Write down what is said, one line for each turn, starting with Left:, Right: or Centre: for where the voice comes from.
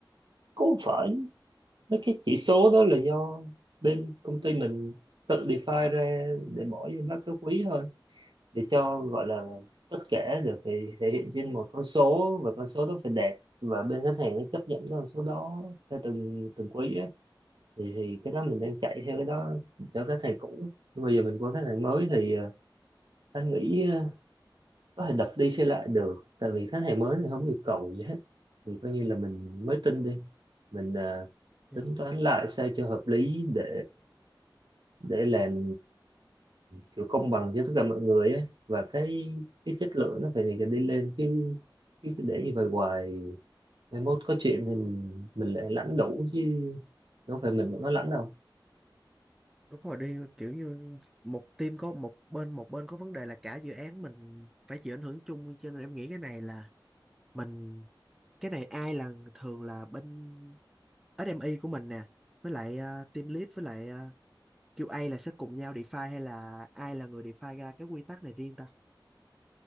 Right: cũng không phải mấy cái chỉ số đó là do bên công ty mình tự define ra để bỏ vô báo cáo quý thôi để cho gọi là tất cả đều phải thể hiện trên một con số và con số đó phải đẹp và bên khách hàng nó chấp nhận cái con số đó theo từng từng quý á thì thì cái đó mình đang chạy theo cái đó cho các thầy cũ nhưng bây giờ mình qua các thầy mới thì ờ, anh nghĩ ờ, có thể đập đi xây lại được tại vì khách hàng mới thì không yêu cầu gì hết thì coi như là mình mới tin đi mình ờ,
Centre: Dạ.
Right: tính toán lại sao cho hợp lý để để làm kiểu công bằng cho tất cả mọi người ấy. và cái cái chất lượng nó phải ngày càng đi lên chứ chứ cứ để như vậy hoài mai mốt có chuyện thì mình, mình lại lãnh đủ chứ đâu phải mình mà có lãnh đâu
Centre: Đúng rồi đi kiểu như một team có một bên một bên có vấn đề là cả dự án mình phải chịu ảnh hưởng chung cho nên em nghĩ cái này là mình cái này ai là thường là bên SME của mình nè với lại ờ, team lead với lại ờ, QA là sẽ cùng nhau define hay là ai là người define ra cái quy tắc này riêng ta